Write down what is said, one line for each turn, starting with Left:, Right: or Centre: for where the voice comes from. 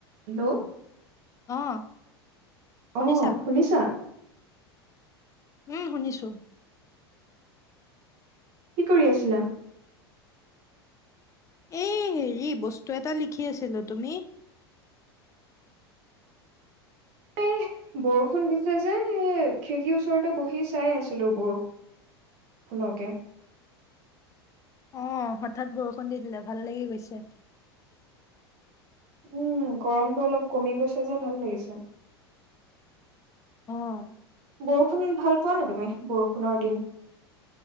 Right: Hello
Left: অঁ শুনিছা
Right: অ শুনিছা
Left: উম শুনিছো
Right: কি কৰি আছিলা
Left: এই হেৰি বস্তু এটা লিখি আছিলো তুমি
Right: এ বৰষুণ দিছে যে এ খিৰিকীৰ ওচৰতে বহি চাই আছিলো বৰষুণ ফুনকে
Left: অ হঠাৎ বৰষুণ দি দিলে ভাল লাগি গৈছে
Right: উম গৰমটো অলপ কমি গৈছে যে ভাল লাগিছে
Left: অঁ
Right: বৰষুণ ভাল পোৱা নে তুমি বৰষুণৰ দিন